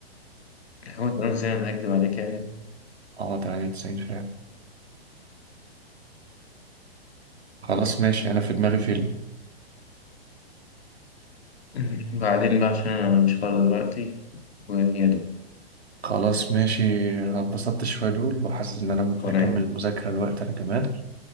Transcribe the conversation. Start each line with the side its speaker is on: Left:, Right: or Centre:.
Left: هو تمام زي ما أنا هكدب عليك يعني
Right: آه 98 فعلا خلاص ماشي أنا في دماغي فيلم
Left: <laughs> بعدين بقى عشان أنا مش فاضي دلوقتي ويا دوب
Right: خلاص ماشي انا اتبسطت شوية دول وحاسس ان انا ممكن
Left: وأنام
Right: اكمل المذاكرة الوقت انا كمان